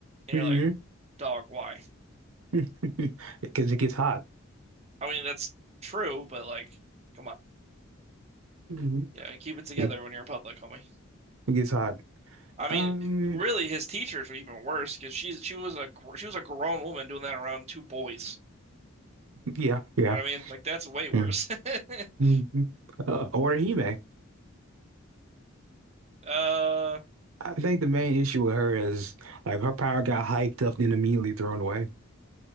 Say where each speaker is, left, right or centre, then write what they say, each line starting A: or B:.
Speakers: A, on the right; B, on the right.
A: and
B: hmm
A: you're like, dog, why?
B: <laughs> because it gets hot.
A: I mean, that's true, but like, come on.
B: Mhm.
A: Yeah, keep it together
B: It,
A: when you're in public, homie.
B: it gets hot.
A: I mean,
B: Um,
A: really, his teachers were even worse because she's she was a gr- she was a grown woman doing that around two boys.
B: yeah, yeah.
A: You know what I mean? Like that's way worse.
B: Mm-hmm.
A: <laughs>
B: Mm-hmm. Uh, or Hime.
A: Uh,
B: I think the main issue with her is like her power got hyped up then immediately thrown away.